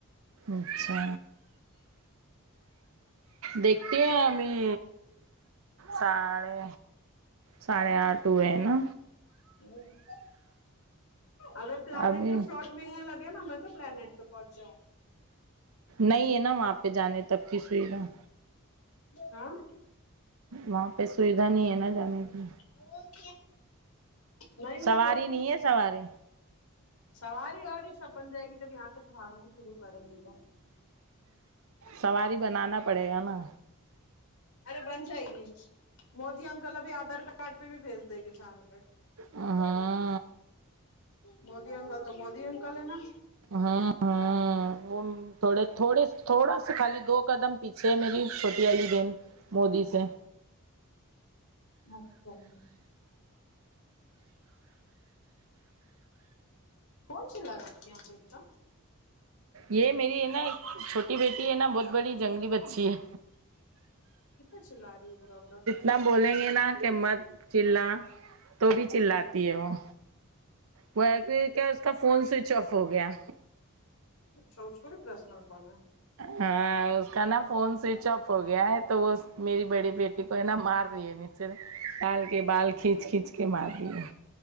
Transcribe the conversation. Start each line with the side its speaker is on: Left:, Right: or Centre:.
Right: اچھا دیکھتے ہیں ہم ہی ساڑے ساڑے آٹھ ہوئے نا
Left: جی ہے اگر پلانیٹ
Right: ابھی
Left: پہ پلاٹ ملنے لگے نا ہمیں تو پلانیٹ پہ پہنچ جاؤں
Right: نہیں ہے نا وہاں پہ جانے تک کی سویدھا
Left: ہاں
Right: وہاں پہ سویدھا نہیں ہے نا جانے کی
Left: نہیں میں
Right: سواری
Left: سوچ رہی
Right: نہیں
Left: تھی
Right: ہے سواری
Left: سواری واری سب بن جائے گی جب یہاں سے بھاگنا شروع کریں گی تو
Right: سواری بنانا پڑے گا نا
Left: ارے بن جائے گی مودی انکل ابھی آدھار کارڈ پہ بھی بھیج دے گی چاند پہ
Right: ہاں
Left: مودی انکل تو مودی انکل ہے نا
Right: ہاں ہاں وہ تھوڑے تھوڑے تھوڑا سا خالی دو قدم پیچھے ہے میری چھوٹی والی بہن مودی سے
Left: اچھا جی کون چلا رہا آپ کے یہاں پہ اتتا
Right: یہ میری ہے نا ایک چھوٹی بیٹی ہے نا بہت بڑی جنگلی بچی ہے
Left: کتنا چلا لاری برا برا
Right: نہ بولیں گے نا کہ مت چلا تو بھی چللاتی ہے وہ وہ ہے کہ کیا اس کا فون سوئچ آف ہو گیا
Left: اچھا اس کو بھی پرسنل فون ہے
Right: ہاں اس کا نا فون سوئچ آف ہو گیا ہے تو وہ میری بڑی بیٹی کو ہے نا مار رہی ہے نیچے سے ڈال کے بال کھینچ کھینچ کے کے مار رہی ہے